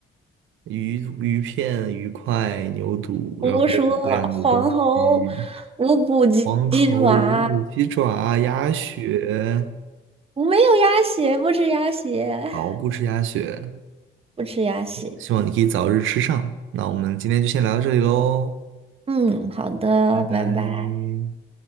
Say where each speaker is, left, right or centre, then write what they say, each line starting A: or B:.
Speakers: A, on the right (about 80°); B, on the right (about 30°).
A: 鱼鱼片、鱼块、牛肚，
B: 胡说，
A: 然后各种各样的东西，
B: 黄喉、无骨鸡鸡爪，
A: 黄喉、五鸡爪、鸭血。
B: 我没有鸭血，不吃鸭血。
A: 好，不吃鸭血，
B: <laughs> 不吃鸭血。
A: 希望你可以早日吃上。那我们今天就先聊到这里喽，
B: 嗯，好的，
A: 拜拜。
B: 拜拜。